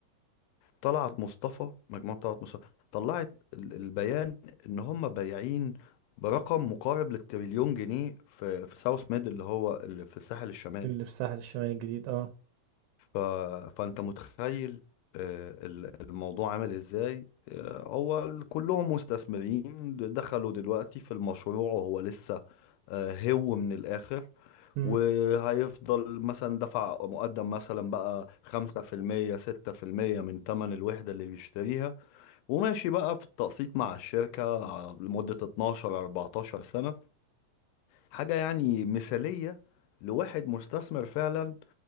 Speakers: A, on the left; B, on the right.
A: طلعت مصطفى مجموعة طلعت مصطفى طلعت ال- البيان ان هم بايعين برقم مقارب للتريليون جنيه في في ساوث ميد اللي هو اللي في الساحل الشمالي
B: اللي في الساحل الشمالي الجديد اه
A: ف... فانت متخيل آه، ال- الموضوع عامل ازاي آه، هو ال- كلهم مستثمرين دخلوا دلوقتي في المشروع وهو لسه آه، هو من الاخر
B: مم.
A: وهيفضل مثلا دفع مقدم مثلا بقى خمسة في المية ستة في المية من تمن الوحدة اللي بيشتريها وماشي بقى في التقسيط مع الشركة على- لمدة 12 14 سنة حاجة يعني مثالية لواحد مستثمر فعلا